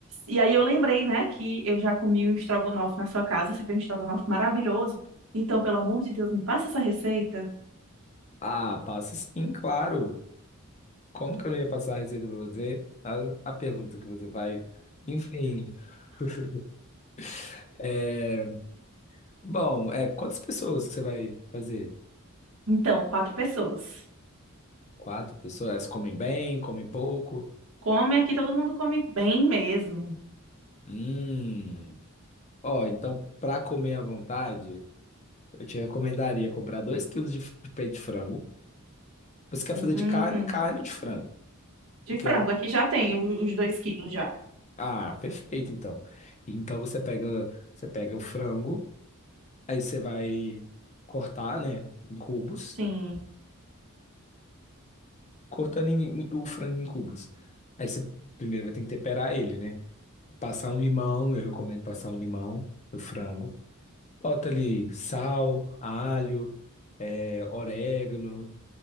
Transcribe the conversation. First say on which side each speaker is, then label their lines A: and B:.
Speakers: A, on the right; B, on the left.
A: E aí eu lembrei, né, que eu já comi um estrogonofe na sua casa. Você fez um estrogonofe maravilhoso. Então, pelo amor de Deus, me passa essa receita.
B: Ah, passa sim, claro. Como que eu não ia passar a receita para você? A, a pergunta que você vai. Enfim. <laughs> É, bom, é, quantas pessoas que você vai fazer?
A: Então, quatro pessoas.
B: Quatro pessoas? Elas comem bem, comem pouco?
A: Come aqui, todo mundo come bem mesmo.
B: Hum. Ó, então, para comer à vontade, eu te recomendaria comprar dois quilos de f- de peito de frango. Você quer
A: Hum,
B: fazer de carne, carne ou de frango?
A: de
B: Porque
A: frango, aqui já tem o- os dois quilos já.
B: Ah, perfeito, então. Então você pega, você pega o frango, aí você vai cortar, né, em cubos,
A: Sim.
B: cortando em- em- o frango em cubos. Aí você primeiro vai ter que temperar ele, né? Passar um limão, eu recomendo passar um limão no frango. Bota ali sal, alho, é, orégano,